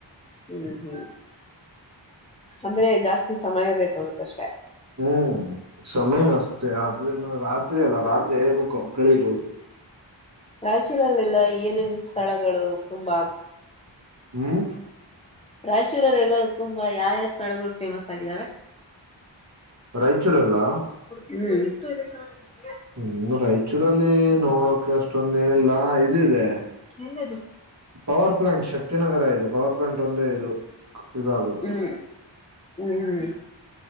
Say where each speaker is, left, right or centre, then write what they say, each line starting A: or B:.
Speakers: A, on the left; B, on the right.
A: ಹ್ಮ್ ಹ್ಮ್ ಅಂದ್ರೆ ಜಾಸ್ತಿ ಸಮಯ ಬೇಕಾಗುತ್ತಷ್ಟೆ
B: ಹ್ಮ್ ಸಮಯ ಅಷ್ಟೆ ಆದ್ರನು ರಾತ್ರಿ ಅಲ್ಲ ರಾತ್ರಿ ಹೇಳ್ಬೇಕ ಕಳೀಬೋದು
A: ರಾಯಚೂರಲ್ಲೆಲ್ಲ ಏನೇನ್ ಸ್ಥಳಗಳು ತುಂಬಾ
B: ಹ್ಮ್
A: ರಾಯಚೂರಲ್ಲ ಎಲ್ಲ ತುಂಬಾ ಯಾವ್ಯಾವ ಸ್ಥಳಗಳು ಫೇಮಸ್ ಆಗಿದ್ದಾವೆ
B: ರಾಯಚೂರೆಲ್ಲಾ
A: ಹ್ಮ್
B: ಹ್ಮ್ ರಾಯಚೂರಲ್ಲಿ ನೋಡೋಕ ಅಷ್ಟೊಂದ ಏನಿಲ್ಲ ಇದು ಇದೆ
A: ಎಲ್ಲ
B: ಪವರ್ ಪ್ಲಾಂಟ್ ಶಕ್ತಿನಗರ ಇ ಗೌರ್ಮೆಂಟ್ ಒಂದೇ ಇದು. ಇದಾಗದು
A: ಹ್ಮ್ ಹ್ಮ್